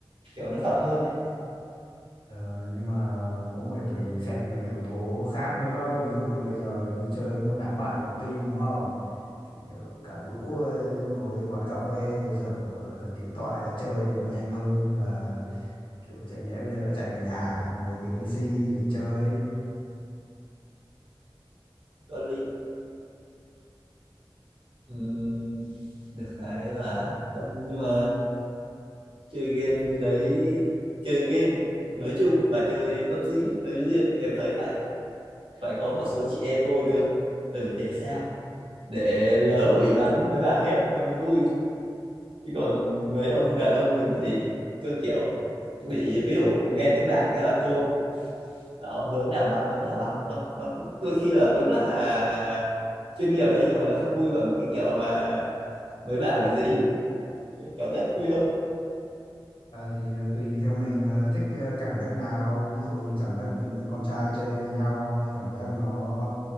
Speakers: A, on the right; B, on the left.
A: kiểu nó thật hơn ấy
B: Ờ, nhưng mà cũng phải tùy xét nhiều yếu tố khác nữa ví dụ như bây giờ đi chơi với một đám bạn lập team đúng không thì ờ, cả lũ ờ, ngồi quán cà phê rồi dở điện thoại ra chơi thì vẫn nhanh hơn là kiểu chẳng nhẽ bây giờ lại chạy về nhà lại ngồi cái PC để chơi
A: có lý Ừm, được cái là không nhưng mà chơi game đấy chơi game nói chung và chơi PUBG nói riêng thì em thấy phải phải có một số chị em vô nữa ừ để sao để lỡ mà bị bắn mấy bà hét nó mới vui chứ còn mấy ông đàn ông mình thì cứ kiểu bị ví dụ nghe tiếng đạn cái là côn bảo hướng nào bắn hướng nào bắn nó nó cũng- đôi khi là đúng là à, chuyên nghiệp đấy nhưng mà nó không vui bằng cái kiểu mà mấy bà bị dí kiểu rất vui hơn
B: Ờ, thì ờ, tùy theo mình ờ, thích ờ, cảm giác nào ví dụ như cảm giác vì con trai chơi với nhau thì cảm giác nó